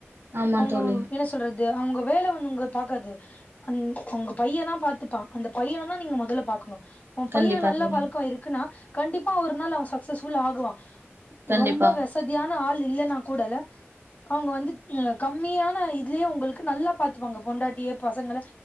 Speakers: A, on the right; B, on the left.
A: ஆமா
B: அவங்க
A: தோழி
B: என்ன சொல்றது அவுங்க வேல வந்து உங்கள பாக்காது அ உங்க பையேந்தா உங்ள பாத்துப்பான் அந்த பையன தா நீங்க முதல்ல பாக்னு ஒ பையெ
A: கண்டிப்பா
B: நல்லா
A: தோழி
B: பழக்கோ இருக்குன்னா கண்டிப்பா ஒரு நாள் அவன் சக்சஸ்ஃபுல் ஆகுவான்
A: கண்டிப்பா
B: ரொம்ப வெஸ் சதியான ஆள் இல்லன்னா கூட அவுங்க வந்து அ கம்மியான இதுலயே உங்களுக்கு நல்லா பாத்துப்பாங்க பொண்டாட்டிய பசங்கள